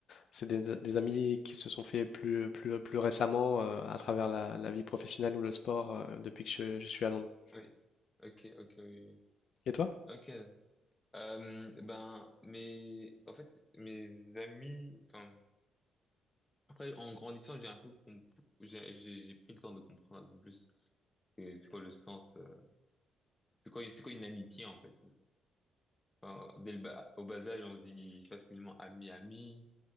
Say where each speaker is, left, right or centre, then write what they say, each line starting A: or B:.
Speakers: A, on the left; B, on the left.
A: c'est des, des amis qui se sont faits plus, plus, plus récemment euh, à travers la, la vie professionnelle ou le sport euh, depuis que je, je suis à Londres.
B: oui. Ok, ok, oui. oui.
A: Et toi?
B: Ok. Euh, ben, mes, en fait, mes amis. Enfin, après, en grandissant, j'ai un peu, comp- j'ai, j'ai j'ai pris le temps de comprendre un peu plus. C'est c'est quoi le sens? euh, C'est quoi, c'est quoi une amitié en fait? Enfin, dès le bas, au bas âge, on se dit facilement ami, ami,